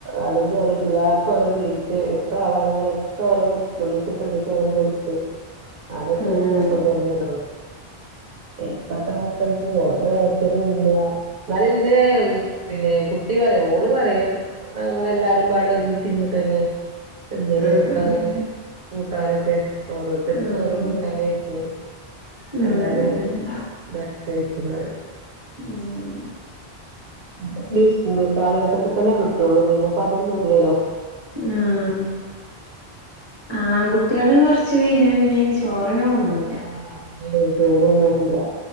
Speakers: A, on the right (about 65°); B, on the left (about 25°).
A: അല്ലെങ്കിൽ ഓരോ എല്ലാർക്കും ഓരോ വീതിച്ച് എത്ര ആളാണെങ്കിലു ഒക്കെ ഓരോ തുള്ളി തുള്ളിച്ച് അങ്ങനെ കൊടുത്ത്. അതൊക്കെ
B: ഉം
A: ഒരു രസ തന്നെ തന്നെയായിരുന്നു. ഇപ്പത്തെ മക്കൾക്ക് ഓല് ഒറ്റക്ക് തിന്ന. ഇന്നാല് ഇന്റെ പിന്നെ കുട്ടി പറയും. ഓള് പറയും. ഇങ്ങള് എല്ലാരും പാടെ ഒരുമിച്ച് ഇരുന്നിട്ടെന്നെ വെല്യാേലേക്കങ്ങനെ
B: ഉം ആഹ്
A: കൂട്ടാനൊക്കെ ഓരോരുത്തർക്കും
B: ആഹ്
A: ഓരോ കൂട്ടാനേക്കും.
B: ഉം
A: എല്ലാരും അങ്ങനെ ബാഗ്ട്ടയ്ക്കുന്നറിം.
B: ഉം
A: അതൊക്കെ ഈ സ്കൂൾ കാലഘട്ടത്തിൽ തന്നെ കിട്ടൊള്ളു. പിന്നെ ഇപ്പം അതൊന്നും ഇല്ലല്ലൊ.
B: ആ ആൺകുട്ട്യേള് കൊറ്ച്ച് കഴിഞ്ഞ പിന്നെ ഈ ചോറെന്നെ കൊണ്ടോവൂ
A: ആഹ് അതന്നെ ചോറ് കൊറണ്ടോവൂല.